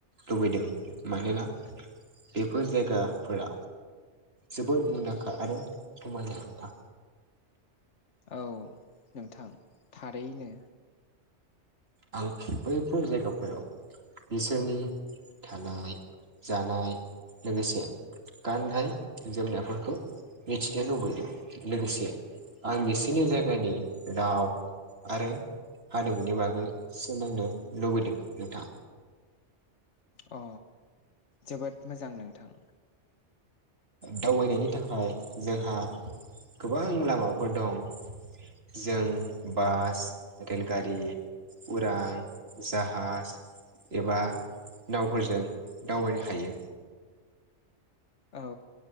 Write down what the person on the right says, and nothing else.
लुबैदों मानोना बेफोर जायगाफोरा जोबोद मुंदांखा आरो समायना नोंथां।
आं बैफोर जायगाफोराव बिसोरनि थानाय जानाय लोगोसे गाननाय जोमनायफोरखौ मिथिनो लुबैदों लोगोसे आं बिसोरनि जायगानि राव आरो हारिमुनि बागै सोलोंनो लुबैदों नोंथां।
दावबायनायनि थाखाय जोंहा गोबां लामाफोर दं। जों बास रेलगारि उरां जाहाज एबा नावफोरजों दावबायनो हायो।